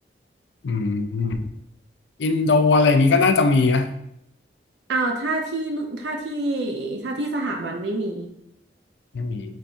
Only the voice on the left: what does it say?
อืมอินโดอะไรอย่างงี้ก็น่าจะมีนะ
ไม่มี